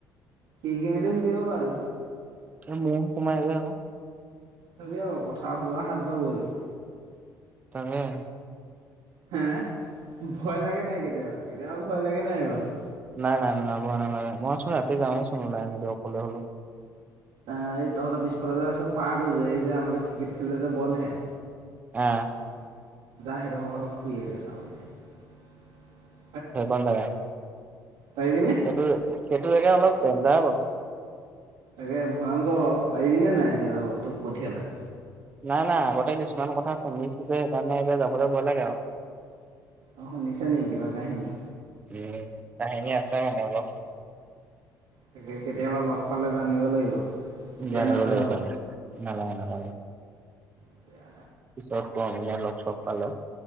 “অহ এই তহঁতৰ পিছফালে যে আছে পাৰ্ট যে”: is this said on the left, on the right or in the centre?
Right